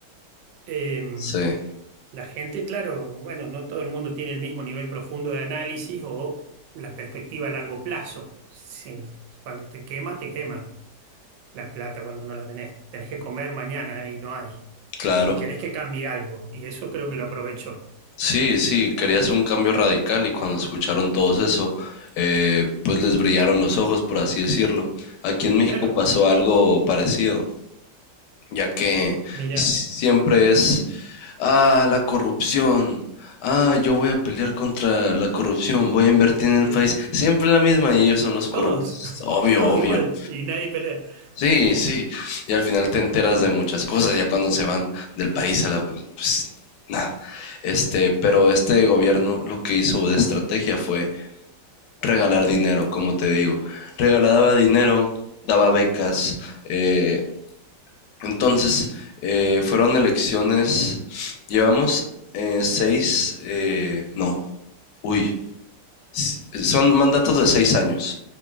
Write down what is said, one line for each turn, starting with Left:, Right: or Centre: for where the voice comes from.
Right: Em,
Left: Sí,
Right: La gente, claro, bueno, no todo el mundo tiene el mismo nivel profundo de análisis o la perspectiva a largo plazo. Si- cuando te quema, te quema la plata cuando no la tenés. Tenés que comer mañana y no hay.
Left: claro.
Right: Y querés que cambie algo. Y eso creo que lo aprovechó.
Left: Sí, sí, quería hacer un cambio radical y cuando escucharon todos eso, eh, pues les brillaron los ojos, por así decirlo. Aquí en México
Right: Claro,
Left: pasó algo parecido, ya que
Right: mira,
Left: siempre es, ah, la corrupción, ah, yo voy a pelear contra la corrupción, voy a invertir en
Right: eh,
Left: el país, siempre la misma y ellos son los corruptos,
Right: todos, <laughs>
Left: obvio,
Right: todos
Left: obvio.
Right: igual y nadie pelea. <laughs>
Left: Sí,
Right: Eh,
Left: sí. Y al final te enteras de muchas cosas, ya cuando se van del país a la... Pues nada. Este, pero este gobierno lo que hizo de estrategia fue regalar dinero, como te digo. Regalaba dinero, daba becas. eh, entonces, eh, fueron elecciones... Llevamos eh, seis... eh, no. Uy. Son mandatos de seis años.